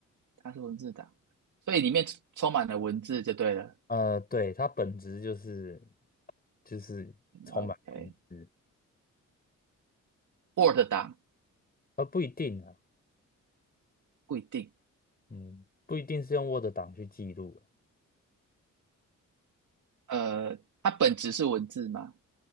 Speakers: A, on the right; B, on the left.
A: 它是文字档，所以里面充充满了文字就对了。
B: 呃，对，它本质就是就是充满文字，
A: OK，Word 档
B: 呃，不一定啊，
A: 不一定，
B: 嗯，不一定是用 Word 档去记录啊
A: 呃，它本质是文字吗？